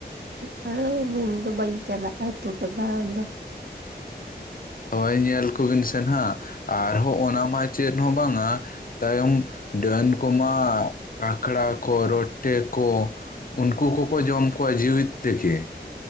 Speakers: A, on the right; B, on the left.
A: ᱦᱮ ᱤᱧ ᱫᱚ ᱵᱟᱹᱧ ᱪᱟᱞᱟᱜ-ᱟ ᱟᱹᱛᱩ ᱠᱚ ᱫᱟᱬᱟᱱ ᱫᱚ
B: ᱦᱳᱭ ᱧᱮᱞ ᱠᱚᱵᱤᱱ ᱥᱮ ᱱᱦᱟᱜ ᱟᱨᱦᱚᱸ ᱚᱱᱟ ᱢᱟ ᱪᱮᱫ ᱦᱚᱸ ᱵᱟᱝᱟ ᱛᱟᱭᱚᱢ ᱰᱟᱹᱱ ᱠᱚᱢᱟ ᱠᱟᱠᱲᱟ ᱠᱚ ᱨᱚᱴᱮ ᱠᱚ ᱩᱱᱠᱩ ᱠᱚᱠᱚ ᱡᱚᱢ ᱠᱚᱣᱟ ᱡᱤᱣᱮᱫ ᱛᱮᱜᱮ᱾